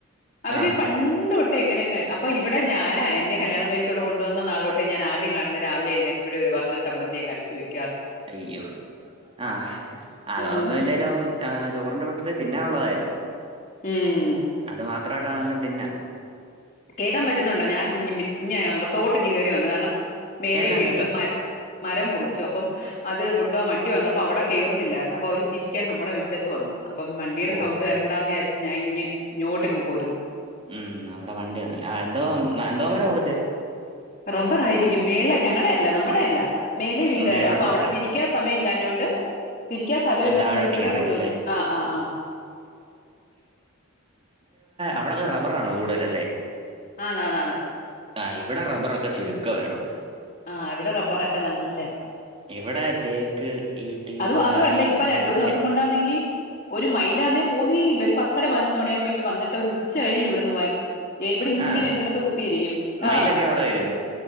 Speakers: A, on the left; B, on the right.
A: അവര്
B: ആഹ്
A: പൺണ്ടൊട്ടേ ഇങ്ങനെ അങ്ങ് അപ്പൊ ഇവിടെ ഞാനാ എന്നെ കല്യാണം കഴിച്ചുഇവിടെ കൊണ്ടുവന്നാളോട്ട് ഞാൻ ആദ്യം കാണുന്നത് രാവിലെ എഴുന്നേക്കുബയെ ഒരുപാത്രം ചമ്മന്തിയങ്ങരച്ചുവെക്കും
B: അയ്യോ ആഹ്‌ അതൊന്നും
A: ഉം
B: ഇല്ലെലും ചോറിന്റെ കൂട്ട തിന്നാൻ ഉള്ളതായല്ലോ
A: ഉം
B: അത് മാത്രയിട്ടാനേലും തിന്ന
A: കേൾക്കാൻ പറ്റുന്നുണ്ടോ ഞാൻ <unintelligible> അകതോട്ട് ഇങ് കേറി വന്ന് കാരണം മേലെ
B: കേക്കാം
A: വീട്ടില്
B: കേക്കാം
A: മരം മുറിച്ചു അപ്പം അത് കൊൺഡുവാൻ വണ്ടി വന്നപ്പം അവട കേറിന്നില്ലായിരുന്നു അപ്പൊ അവര് തിരിക്കാൻ നമ്മടെ മിറ്റത്തു വന്ന് അപ്പം വണ്ടിയുടെ
B: ഓ
A: സൗണ്ട് വരണ്ടാന്ന് വിചാരിച്ച് ഞാൻ ഇങ് ഇങ്ങോട്ടിങ് പോരു
B: ഉം അവിടെ വണ്ടിയാ ആ എന്തോം ആ എന്തോ മര മുറിച്ചെ
A: റബ്ബർ ആയിരിക്കും മെല്ളെ ഞങ്ങടയല്ല നമ്മടയല്ല മേലെ വീട്ടാര
B: മേളിലുള്ളവരുടെ
A: അപ്പൊ അവിടെ തിരിക്കാൻ സമയം ഇല്ലാഞ്ഞൊണ്ട് തിരിക്കാൻ സ്ഥലഇല്ലാഞോണ്ട്
B: അത് താഴോട്ട്
A: അവര് ഇവിടെ
B: ഇങ്ങ് ഇറങ്ങിയല്ലേ
A: കൊണ്ടുവന്ന് ആ ആ ആ
B: അവടൊക്ക റബ്ബറാണോ കൂടുതൽ അല്ലേ
A: ആണ് ആണ് ആണ്
B: ആ ഇവിട റബ്ബറൊക്കെ ചുരുക്കവേ ഒള്ളൂ
A: ആഹ് ഇവിടെ റബ്ബറെക്കെ നല്ലയ്യാ
B: ഇവിടെ തേക്ക് ഈട്ടി
A: അത്
B: മഹാഗണി
A: മാത്രല്ല ഇപ്പ രണ്ടു
B: അതൊക്കെ
A: മൂന്നു ദിവസം കൊണ്ടാന്നെങ്കി ഒരു മൈലാന്നേ പോന്നേയില്ല ഒരു പത്തര പതിനൊന്നു മണി ആവുമ്പോ ഇങ് വന്നിട്ട് ഒരു ഉച്ച കഴിയും ഇവടന്ന് പോവാൻ ഇവിടെ ഇങ്ങനെ
B: ആഹ്
A: എൻന്റെടുത്ത് കുത്തിയിരിക്കും ആ
B: മയിലൊക്കെ അവിടെ വരും